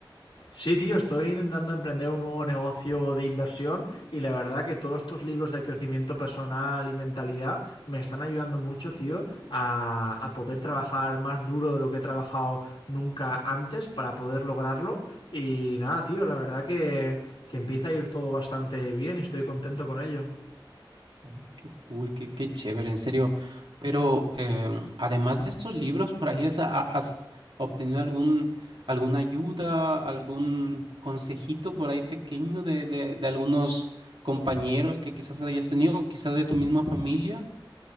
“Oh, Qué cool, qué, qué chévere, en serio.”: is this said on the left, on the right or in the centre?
Right